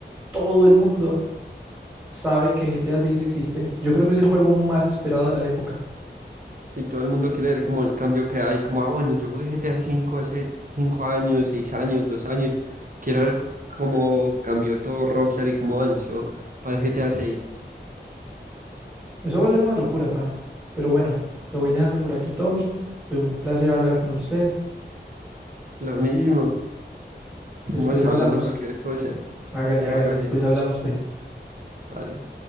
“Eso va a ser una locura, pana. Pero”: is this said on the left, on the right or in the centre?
Centre